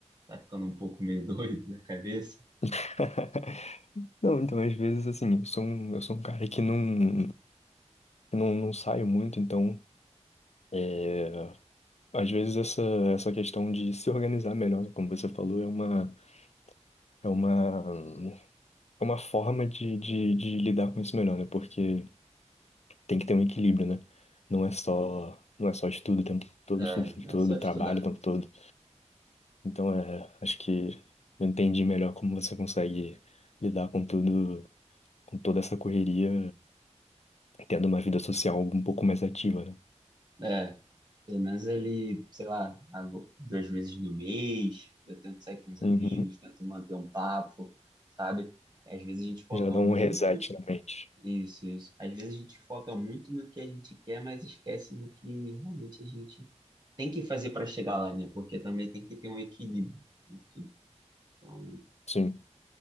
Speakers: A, on the right; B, on the left.
A: tá ficando um pouco meio <laughs> doido da cabeça?
B: <laughs> Não, então, às vezes, assim, eu sou um, eu sou um cara que não, que não, não saio muito, então, é, às vezes essa, essa questão de se organizar melhor, né, como você falou, é uma, é uma, é uma forma de, de, de lidar com isso melhor, né, porque tem que ter um equilíbrio, né, não é só, não é só estudo o tempo todo,
A: É,
B: estudo o tempo todo,
A: é só estudar.
B: trabalho o tempo todo, então, é, acho que eu entendi melhor como você consegue lidar com tudo, com toda essa correria tendo uma vida social um pouco mais ativa, né?
A: É. Pelo menos ele, sei lá, agu- duas vezes no mês, eu tento sair com os
B: Uhum.
A: amigos, tento manter um papo, sabe? Às vezes a gente foca
B: Já dá
A: muito,
B: um reset na mente.
A: isso, isso. Às vezes a gente foca muito no que a gente quer, mas esquece no que realmente a gente tem que fazer para chegar lá, né? Porque também tem que ter um equilíbrio em tudo. Então,
B: Sim.